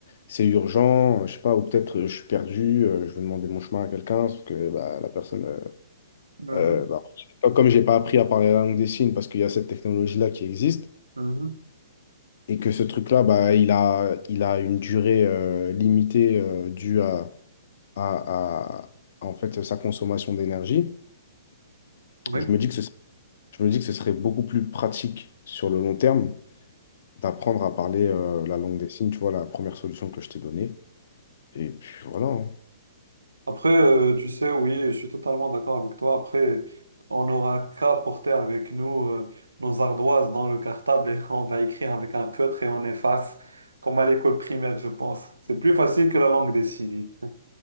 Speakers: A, on the left (about 50°); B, on the right (about 75°).
A: c'est urgent, je sais pas, ou peut-être euh, je suis perdu, euh, je vais demander mon chemin à quelqu'un, sauf que bah, la personne, euh,
B: Mhm.
A: euh, bah, comme comme j'ai pas appris à parler la langue des signes parce qu'il y a cette technologie-là qui existe,
B: Mhm.
A: et que ce truc-là, bah, il a, il a une durée euh, limitée euh, due à à, à- en fait, sa consommation d'énergie,
B: Oui.
A: je me dis que ce, je me dis que ce serait beaucoup plus pratique sur le long terme d'apprendre à parler euh, la langue des signes, tu vois, la première solution que je t'ai donnée. Et puis voilà. hein.
B: Après, euh, tu sais, oui, je suis totalement d'accord avec toi. Après, on n'aura qu'à porter avec nous euh, nos ardoises dans le cartable et on va écrire avec un feutre et on efface, comme à l'école primaire, je pense. C'est plus facile que la langue des signes.